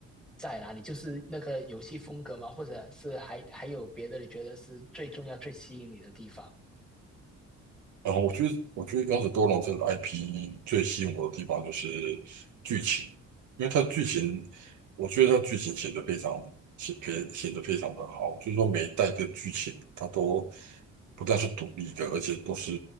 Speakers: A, in the centre; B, on the right.
A: 在哪里？就是那个游戏风格吗？或者是还还有别的？你觉得是最重要、最吸引你的地方？
B: 然后我觉得，我觉得刚才多龙》这个 IP 最吸引我的地方就是剧情，因为它的剧情，我觉得它剧情写得非常写写写得非常的好，就是说每一代的剧情它都不但是独立的，而且都是